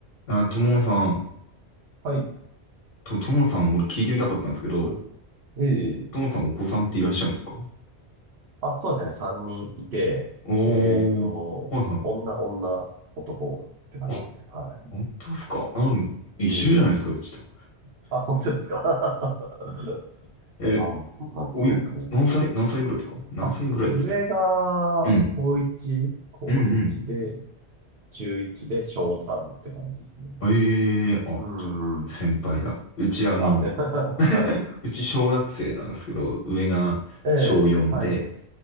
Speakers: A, on the left (about 55°); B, on the right (about 65°).
A: あ、友野さん、
B: はい。
A: と、友野さん、俺聞いてみたかったんですけど、
B: うん。ええ、
A: 友野さんお子さんっていらっしゃるんですか
B: あ、そうですね。3人いて、
A: おー、
B: えっと、
A: はいはい。
B: 女、女、男って感じですね。
A: あ、
B: は
A: 本当ですかあ一緒じゃないですか、
B: い。ええ
A: うちと。
B: あ、本当ですか <laughs>
A: え、
B: ああ、そうなんですね。
A: おい、
B: うん
A: 何歳、何歳ぐらいですか何歳ぐらいっつったの？
B: あ、上が、
A: うん、
B: 高1、高1で、
A: うん。うん
B: 中1で、小3って感じですね。
A: うん。ええー、あ、
B: う
A: じゃあ、
B: ん。
A: 先輩だ。うち、あの、
B: あ、すいません。<laughs> はい。
A: うち小学生なんですけど、上が小4で、
B: ええはい。